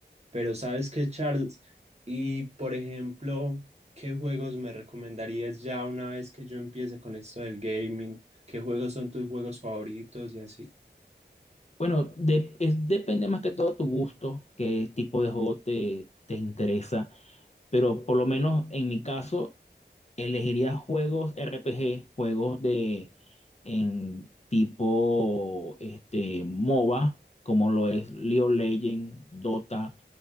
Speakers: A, on the right; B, on the left.
A: Pero ¿sabes qué, Charles? Y por ejemplo, ¿qué juegos me recomendarías ya una vez que yo empiece con esto del gaming? ¿Qué juegos son tus juegos favoritos y así?
B: Bueno, de- es- depende más que todo tu gusto, qué tipo de juego te, te interesa. pero por lo menos en mi caso, elegiría juegos RPG, juegos de en tipo este, MOBA, como lo es League of Legends, Dota,